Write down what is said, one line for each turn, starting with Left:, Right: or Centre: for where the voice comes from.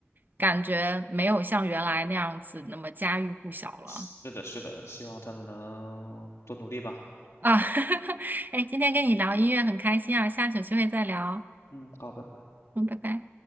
Right: 感觉没有像原来那样子那么家喻户晓了
Left: 是的，是的，希望他们能多努力吧。
Right: 啊。<laughs> 哎，今天跟你聊音乐很开心啊，下次有机会再聊，
Left: 嗯，好，拜拜。
Right: 嗯，拜拜。